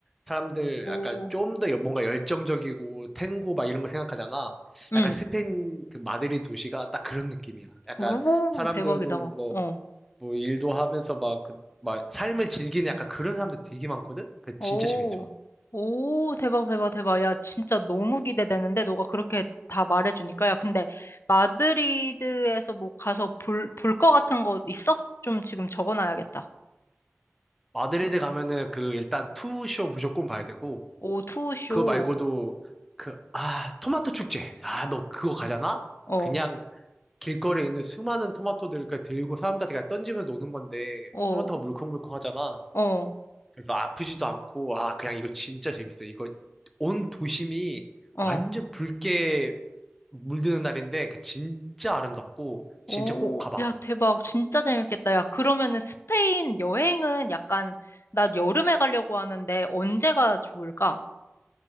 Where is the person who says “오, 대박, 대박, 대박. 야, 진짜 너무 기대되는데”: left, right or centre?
Left